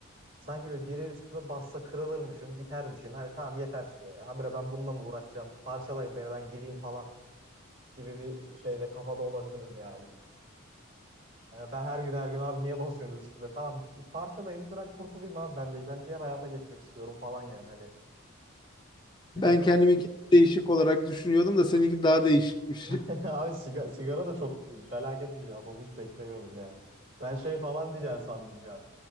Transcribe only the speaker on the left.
Ben kendimi değişik olarak düşünüyordum da seninki daha değişikmiş.
<laughs>